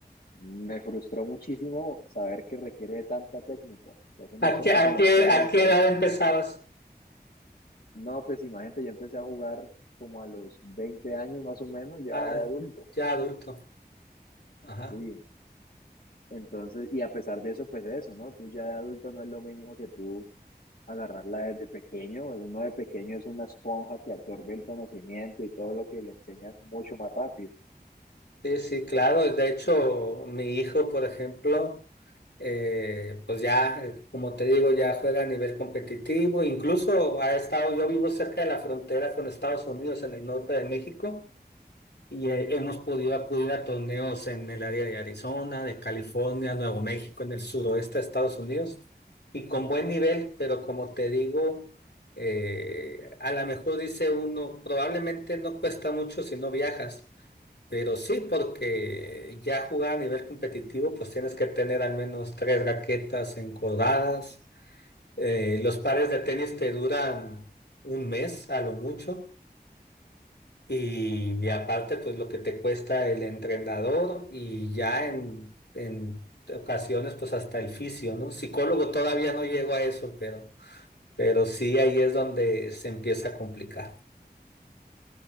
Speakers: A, on the left (about 60°); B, on the left (about 85°).
A: me frustró muchísimo saber que requiere de tanta técnica. Es un deporte
B: ¿A qué, a
A: que la
B: qué,
A: técnica
B: a qué edad
A: es
B: empezabas?
A: No, pues imagínate, yo empecé a jugar como a los 20 años más o menos, ya
B: Ah,
A: de adulto,
B: ya adulto. Ajá.
A: sí. Entonces, y a pesar de eso, pues eso, ¿no? Tú ya de adulto no es lo mismo que tú agarrarla desde pequeño. Uno de pequeño es una esponja que absorbe el conocimiento y todo lo que le enseñan mucho más rápido.
B: Sí, sí, claro. De hecho, mi hijo, por ejemplo, eh, pues ya, eh, como te digo, ya juega a nivel competitivo. Incluso ha estado, yo vivo cerca de la frontera con Estados Unidos, en el norte de México, y eh, hemos podido acudir a torneos en el área de Arizona, de California, Nuevo México, en el suroeste de Estados Unidos, y con buen nivel, pero como te digo, eh, a lo mejor dice uno, probablemente no cuesta mucho si no viajas. Pero sí, porque ya jugar a nivel competitivo, pues tienes que tener al menos tres raquetas encordadas. Eh, los pares de tenis te duran un mes a lo mucho. Y, y aparte, pues lo que te cuesta el entrenador y ya en, en ocasiones, pues hasta el fisio, ¿no? Psicólogo todavía no llego a eso, pero, pero sí ahí es donde se empieza a complicar.